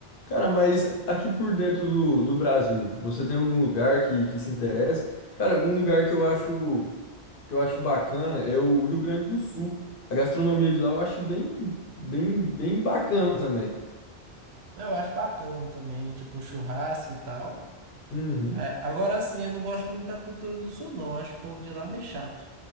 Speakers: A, on the left; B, on the right.
A: Cara, mas aqui por dentro do, do Brasil, você tem algum lugar que, que se interessa? Cara, um lugar que eu acho que eu acho bacana é o Rio Grande do Sul. A gastronomia de lá eu acho bem, bem, bem bacana também.
B: Eu acho bacana também, tipo churrasco e tal.
A: Uhum.
B: É, agora sim, eu não gosto muito da cultura do sul, não. Eu acho o povo de lá meio chato.